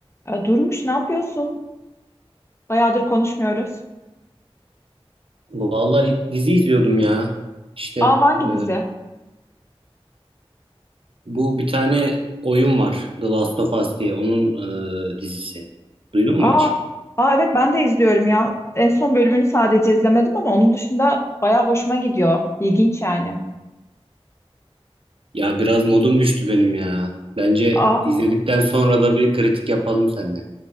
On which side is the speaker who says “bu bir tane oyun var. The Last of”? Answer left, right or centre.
Right